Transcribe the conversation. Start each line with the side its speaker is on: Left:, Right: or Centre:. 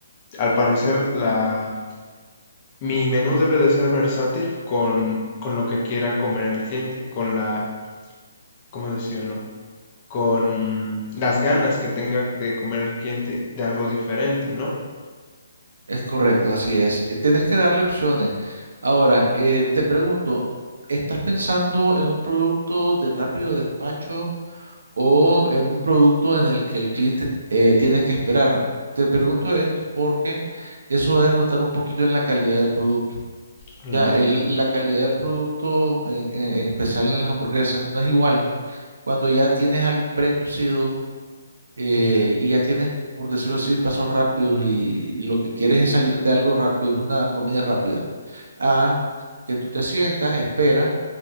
Left: al parecer, la, mi menú debe de ser versátil con, con lo que quiera comer el cliente, con la, ¿cómo decirlo? con las ganas que tenga de comer el cliente de algo diferente, ¿no?
Right: Es correcto, así es. Eh, Tienes que darle opciones. Ahora, eh, te pregunto, ¿estás pensando en un producto de rápido despacho o en un producto en el que el cliente eh, tiene que esperar? Te pregunto esto porque eso debe notar un poquito en la calidad del producto.
Left: Claro,
Right: Ya, el- la calidad del producto, eh, eh, en especial en las hamburguesas, no es igual. Cuando ya tienes algo precocido eh,
Left: ya,
Right: y ya tienes, por decirlo así, pasos rápidos y, y lo que quieres es salir de algo rápido, es una comida rápida, a que tú te sientas, esperas